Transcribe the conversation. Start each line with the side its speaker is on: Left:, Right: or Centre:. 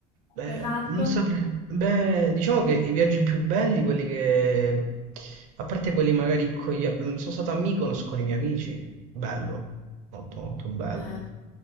Right: beh,
Left: che hai fatto?
Right: non saprei. Beh, diciamo che i viaggi più belli, quelli che... A parte quelli magari con gli... Sono stato a Mykonos con i miei amici. Bello. Molto, molto bello.
Left: Eh.